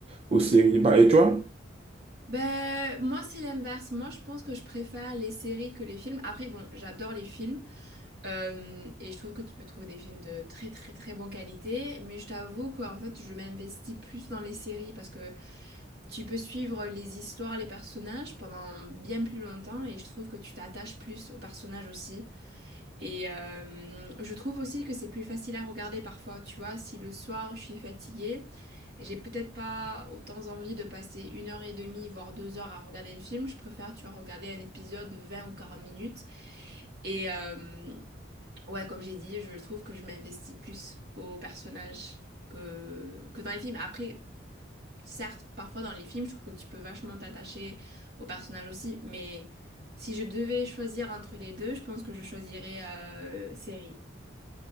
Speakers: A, on the right; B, on the right.
A: aux séries. Bah, et toi?
B: Ben, moi, c'est l'inverse. Moi, je pense que je préfère les séries que les films. Après, bon, j'adore les films. euh, et je trouve que tu peux trouver des films de très, très, très bonne qualité. Mais je t'avoue qu'en fait, je m'investis plus dans les séries parce que tu peux suivre les histoires, les personnages pendant bien plus longtemps. Et je trouve que tu t'attaches plus aux personnages aussi. Et euh, je trouve aussi que c'est plus facile à regarder parfois, tu vois, si le soir je suis fatiguée, j'ai peut-être pas autant envie de passer une heure et demie, voire deux heures à regarder un film, je préfère, tu vois, regarder un épisode de 20 ou 40 minutes. Et euh, ouais, comme j'ai dit, je trouve que je m'investis plus aux personnages que, que dans les films. Après, certes, parfois dans les films, je trouve que tu peux vachement t'attacher aux personnages aussi, mais si je devais choisir entre les deux, je pense que je choisirais euh, série.